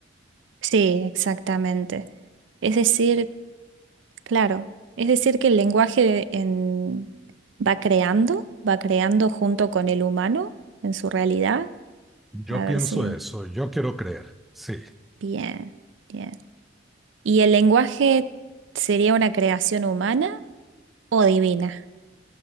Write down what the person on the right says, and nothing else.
Sí, exactamente. Es decir, Claro, es decir, que el lenguaje en- va creando, va creando junto con el humano en su realidad.
A
ver si...
Bien, bien. ¿Y el lenguaje sería una creación humana o divina?